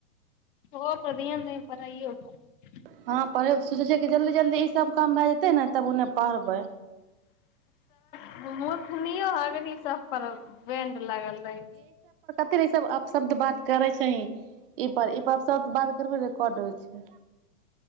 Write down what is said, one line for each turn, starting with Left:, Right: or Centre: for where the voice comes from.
Left: ओ पर ध्यान दिहीं पढ़ैयै पर
Right: हाँ पढ़ै सोचे छिय जल्दी जल्दी इ सब काम भ जेतै न तब उने पढ़बै
Left: <unintelligible> लगल रहै
Right: कै लाय ई सब अपशब्द बात करै छिहीं ई पर ई पर अपशब्द बात करबिहीं रेकार्ड होइ छै